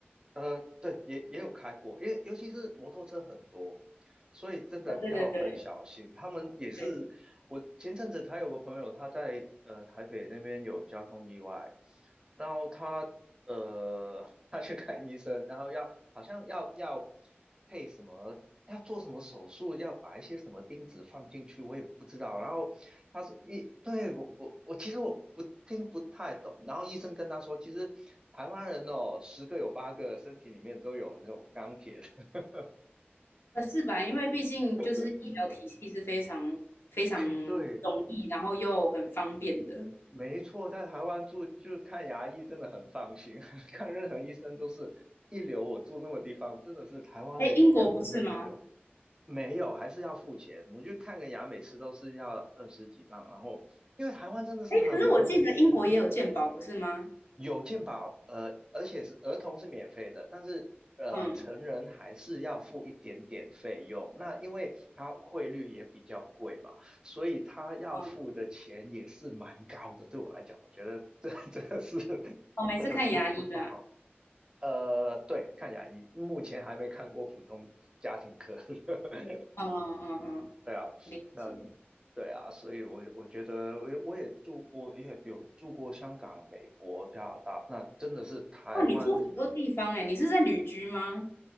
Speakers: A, on the right (about 20°); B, on the left (about 80°).
A: 呃，对，也也有开过，因为尤其是摩托车很多，所以真的要很小心。
B: 啊，对对对
A: 他们也是，
B: 对，
A: 我前阵子才有个朋友，他在呃台北那边有交通意外，然后他呃 <laughs> 他去看医生，然后要好像要要配什么，要做什么手术，要把一些什么钉子放进去，我也不知道。然后他是医，对，我我我其实我不听不太懂，然后医生跟他说，其实台湾人哦，十个有八个身体里面都有那种钢铁的。
B: 呃，是吧？因为毕竟就是医疗体系是非常非常容易，
A: <laughs> 嗯哎，对，
B: 然后又很方便的。
A: 没错，在台湾住就是看牙医真的很放心，<laughs> 看任何医生都是一流。我住那个地方，真的是台湾的医疗真的一流，
B: 哎，英国不是吗？
A: 没有还是要付钱。我去看个牙，每次都是要二十几磅，然后因为台湾真的是很便宜，
B: 哎，可是我记得英国也有健保，不是吗？
A: 有健保，呃，而且是儿童是免费的，但是呃，
B: 嗯
A: 成人还是要付一点点费用。那因为它汇率也比较贵嘛，所以他要付的钱也是蛮高的。
B: 嗯，
A: 对我来讲，我觉得这 <laughs> 这个是
B: 我每次看牙医啦。
A: 呃不不算好。呃，对，看牙医，目前还没看过普通家庭科。<laughs>
B: 嗯嗯嗯嗯，
A: 对啊，
B: 理解。
A: 那对啊，所以我我觉得我也我也住过，也有住过香港、美国、加拿大，那真的是台湾，
B: 哇，你住很多地方哎，你是在旅居吗？